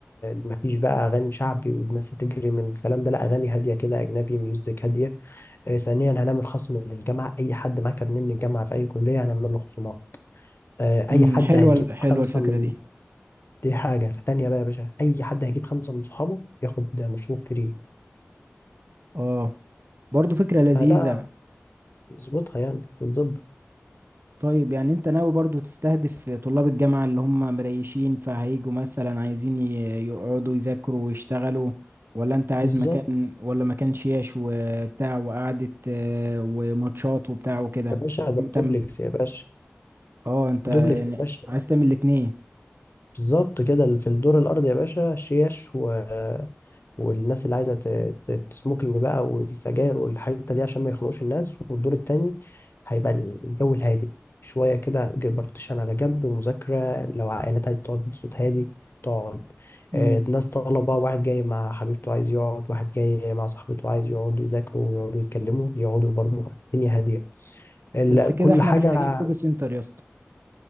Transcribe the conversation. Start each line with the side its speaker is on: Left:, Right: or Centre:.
Left: ما فيش بقى اغاني شعبي والناس هتجري من الكلام ده لا اغاني هاديه كده اجنبي ميوزك هاديه آه، ثانيا هنعمل خصم للجامعه اي حد معاه كارنيه من الجامعه في اي كليه هنعمل له خصومات آه، اي
Right: امم
Left: حد
Right: حلوة
Left: هيجيب
Right: ال- حلوة
Left: خمسه
Right: الفكرة
Left: من
Right: دي
Left: دي حاجه تانية بقى يا باشا اي حد هيجيب خمسه من صحابه ياخد مشروب فري
Right: اه برضه فكرة لذيذة
Left: فلا نظبطها يعني تتظبط
Right: طيب يعني انت ناوي برضو تستهدف طلاب الجامعة اللي هم مريشين فهيجوا مثلا عايزين ي- يقعدوا يذاكروا ويشتغلوا ولا انت عايز
Left: بالظبط
Right: مكان ولا مكان شياش وبتاع وقعدة آه، وماتشات وبتاع وكده
Left: يا باشا ده
Right: انت
Left: دوبلكس
Right: م-
Left: يا باشا
Right: اه انت
Left: دوبلكس
Right: يعني
Left: يا باشا
Right: عايز تعمل الاتنين
Left: بالظبط كده في الدور الأرضي يا باشا شيش و... والناس اللي عايزة ت... ت- تسموكينج بقى والسجاير والحاجات دي عشان ما يخنقوش الناس والدور التاني هيبقى الجو الهادي شوية كده ج- بارتيشن على جنب ومذاكرة لو عائلات عايزة تقعد بصوت هادي تقعد آه،
Right: امم
Left: ناس طلبة واحد جاي مع حبيبته عايز يقعد واحد جاي مع صاحبته عايز يقعدوا يذاكروا ويقعدوا يتكلموا يقعدوا برضه الدنيا هادية ال-
Right: بس كده
Left: كل
Right: احنا
Left: حاجة
Right: محتاجين كوبي سنتر يا اسطى